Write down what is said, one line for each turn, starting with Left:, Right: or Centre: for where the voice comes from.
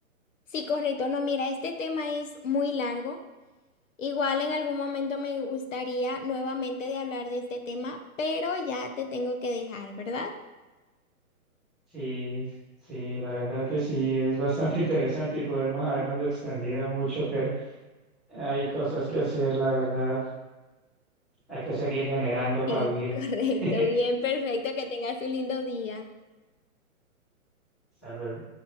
Left: Sí, correcto. No, mira, este tema es muy largo. Igual en algún momento me gustaría nuevamente de hablar de este tema, pero ya te tengo que dejar, ¿verdad?
Centre: Sí, sí, la verdad que sí es bastante <laughs> interesante y podemos habernos extendido mucho, pero Hay cosas que hacer, la verdad. Hay que seguir generando para
Left: Sí,
Centre: vivir.
Left: <laughs> correcto.
Centre: <laughs>
Left: Bien, perfecto. Que tengas un lindo día.
Centre: Hasta luego.